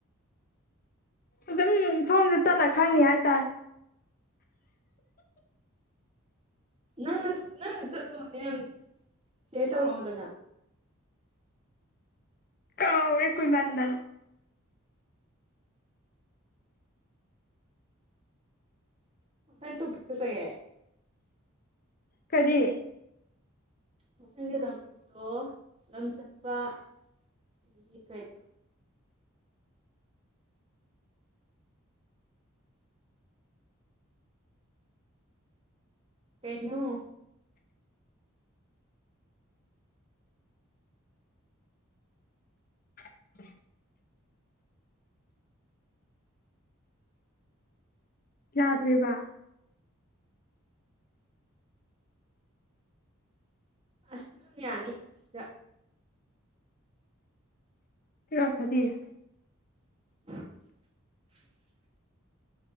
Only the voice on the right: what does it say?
ꯅꯪꯅ ꯅꯪꯅ ꯆꯠꯂꯨꯅꯦ ꯁꯦꯔ ꯇꯧꯔꯛꯑꯣꯗꯅ
<unintelligible>
ꯃꯊꯪꯒꯤ ꯗꯃꯤꯛꯇꯣ ꯂꯝ ꯆꯠꯄ ꯑꯗꯒꯤ ꯀꯩꯅꯣ ꯀꯩꯅꯣ
ꯑꯁ ꯑꯗꯨꯝ
ꯁꯤꯗ
<unintelligible>